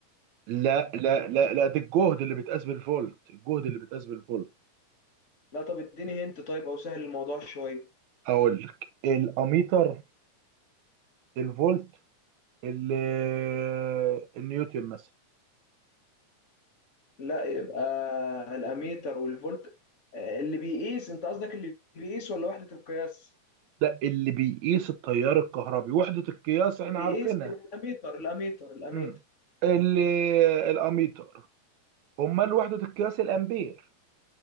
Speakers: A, on the right; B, on the left.
A: لا لا لا لا ده الجهد اللي بيتقاس بالفولت الجهد اللي بيتقاس بالفولت
B: لا طب اديني هنت طيب او سهل الموضوع شوية
A: اقول لك الاميتر الفولت ال- آه، النيوتن مثلا
B: لا يبقى الاميتر والفولت آه، اللي بيقيس انت قصدك اللي بيقيس ولا وحدة القياس
A: ده اللي بيقيس التيار الكهربي وحدة القياس احنا
B: اللي بيقيس
A: عارفينها
B: يبقى الاميتر الاميتر الاميتر
A: مم. ال- آه، الاميتر امال وحدة القياس الامبير